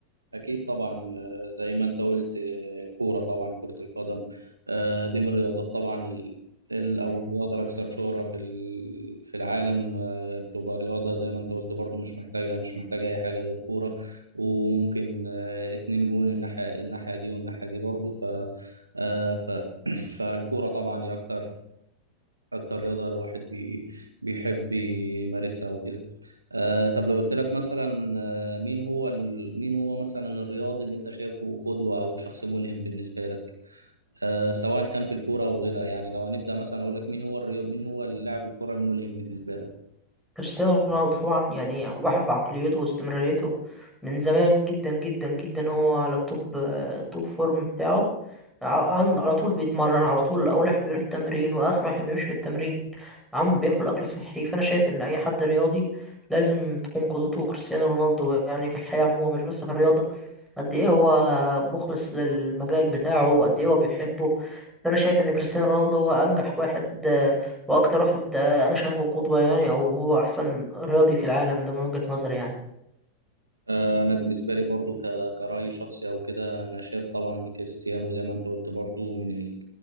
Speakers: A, on the right; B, in the centre.
A: أكيد طبعا آه، زي ما أنت قلت آه، الكورة طبعا كرة القدم آه، دي من الرياضات طبعا ال... ال- أو الرياضة الأكثر شهرة في ال... في العالم آه، بتبقى رياضة زي ما أنت قلت برضو مش محتاجة مش محتاجة أي حاجة غير كورة وممكن آه، اتنين جون الناحية الناحية دي والناحية دي برضو ف... آه، ف... <clears throat> فالكورة طبعا هي أكتر اكتر رياضه الواحد بي بيحب يمارسها وكده آه طب لو قلت لك مثلا آه، مين هو ال... مين هو مثلا الرياضي اللي انت شايفه قدوه او شخص ملهم بالنسبه لك آه سواء كان في الكوره او غيرها يعني لو هنبدا مثلا اقول لك مين هو الرياض... مين هو اللاعب الكوره الملهم بالنسبه لك
B: كريستيانو رونالدو طبعا يعني واحد بعقليته واستمراريته من زمان جدا جدا جدا هو على التوب توب فورم بتاعه ع- عن- على طول بيتمرن على طول اول واحد بيروح تمرين واخر واحد بيمشي من التمرين عم بياكل اكل صحي فانا شايف ان اي حد رياضي لازم تكون قدوته كريستيانو رونالدو يعني في الحياة عموما مش بس في الرياضة قد ايه هو مخلص للمجال بتاعه قد ايه هو بيحبه فانا شايف ان كريستيانو رونالدو هو انجح واحد آه، واكتر واحد انا شايفه قدوة يعني او هو احسن رياضي في العالم ده من وجهة نظري يعني
A: آه انا بالنسبه لي برضو ك... كراي شخصي او كده انا شايف طبعا كريستيانو زي ما انت قلت برضو من ال...